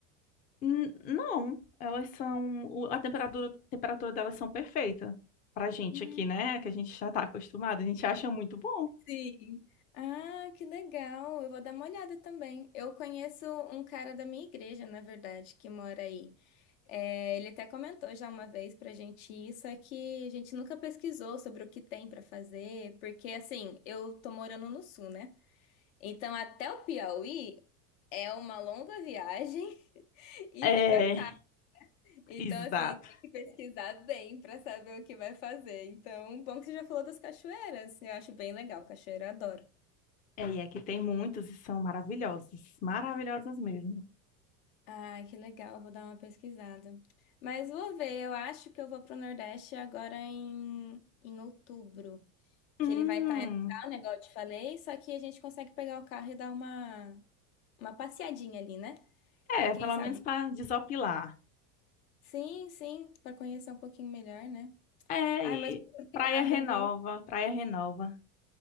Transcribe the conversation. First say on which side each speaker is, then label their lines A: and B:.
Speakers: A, on the left; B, on the left.
A: N- não, elas são. o- A temperatura, temperatura delas são perfeita. Pra gente
B: Hum,
A: aqui, né? Que a gente já tá acostumado, a gente acha muito bom.
B: Sim. Ah, que legal. Eu vou dar uma olhada também. Eu conheço um cara da minha igreja, na verdade, que mora aí. É, ele até comentou já uma vez pra gente isso, é que a gente nunca pesquisou sobre o que tem pra fazer, porque assim, eu tô morando no sul, né? Então até o Piauí é uma longa viagem <laughs> e
A: É,
B: fica caro. Então,
A: exato.
B: assim, tem que pesquisar bem para saber o que vai fazer. Então, bom que você já falou das cachoeiras. Eu acho bem legal, cachoeira eu adoro.
A: É, e aqui tem muitas e são maravilhosas. Maravilhosas mesmo.
B: Ai, que legal, vou dar uma pesquisada. Mas vou ver, eu acho que eu vou pro Nordeste agora em, em outubro.
A: Hum.
B: Que ele vai estar em Natal, né, igual eu te falei, só que a gente consegue pegar o carro e dar uma, uma passeadinha ali, né?
A: É,
B: E quem
A: pelo
B: sabe?
A: menos pra desopilar.
B: Sim, sim, para conhecer um pouquinho melhor, né?
A: É,
B: Ai,
A: e
B: mas muito obrigada,
A: praia renova,
B: viu?
A: praia renova.